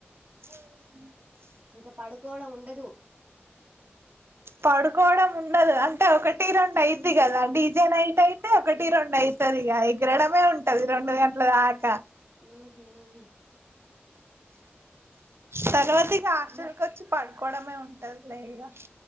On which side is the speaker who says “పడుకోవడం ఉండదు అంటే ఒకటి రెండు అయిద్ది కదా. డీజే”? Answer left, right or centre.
Right